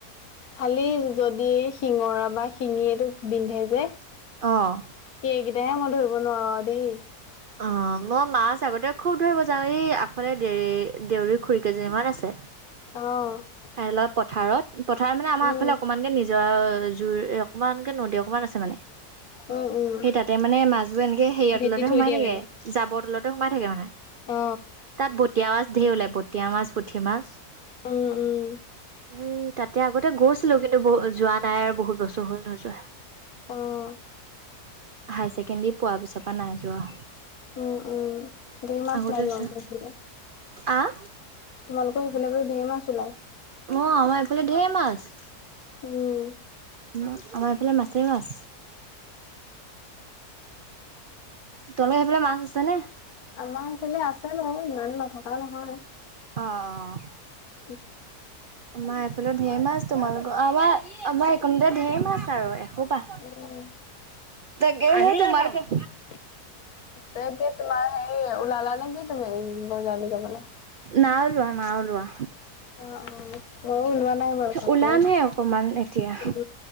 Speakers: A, on the left; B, on the right.
A: খালি যদি শিঙৰা বা শিঙিয়ে এইটো বিন্ধে যে।
B: অহ।
A: সেইগিটাহে মই ধৰিব নোৱাৰোঁ আৰু দেই।
B: অ', মই মাছ আগতে খুব ধৰিব যাওঁ। এই আগফালে দে দেউৰী খুড়ী কেইজনীমান আছে।
A: অ,।
B: হেয় পথাৰত পথাৰ মানে আমাৰ
A: উম
B: আগলে অকনমানকে নিজ য জুৰ এই অকমানকে নদী অকনমান আছে মানে।
A: উম উম
B: সেই, তাতে মানে মাছবোৰ এনেকে হেৰিৱ
A: ভেটি
B: তলতে
A: থৈ
B: সোমাই
A: দিয়ে
B: থাকে
A: মানে
B: জাবৰ তলতে সোমাই থাকে মানে
A: অ
B: তাত বতিয়া মাছ ধেৰ ওলাই ব বতিয়া মাছ, পুঠিমাছ।
A: উম উম।
B: হেই তাতে আগতে গৈছিলো কিন্তু বহুত যোৱা নাই আৰু বহুত বছৰ হ'ল নোযোৱা।
A: অ'।
B: হায়াৰ ছেকেণ্ডেৰী পোৱাৰ পিছৰ পৰা নাই যোৱা।
A: উম উম ধেৰ মাছ
B: আগতে
A: উলাই তোমালোকৰ
B: চা
A: হেইফালে।
B: আহ
A: তোমালোকৰ সেইফালে বোলো ধেৰ মাছ উলাই।
B: অ', আমাৰ এইফালে ধে'ৰ মাছ।
A: উম।
B: আমাৰ এইফালে মাছেই মাছ। তোমাৰ সেইফালে মাছ আছে নে?
A: আমাৰ এইফালে আছে বাৰু ইমান নথকা নহয়।
B: অ' অ'।
A: <inaudible>
B: আমাৰ এইফালে ঢেৰ মাছ তোমালোকৰ আমাৰ আমাৰ এইকণতে ধেৰ মাছ আৰু এখোপা।
A: উম,
B: তাকেহে তোমালোকে।
A: তাকে তোমাৰ হেৰি ওলালা নে কি তুমি বজাৰলৈ যাবলে?
B: না উলোৱা না উলোৱা।
A: অ', অ', মইও উলোৱা নাই বাৰু কাপোৰ
B: ওলামহে অকমান এতিয়া।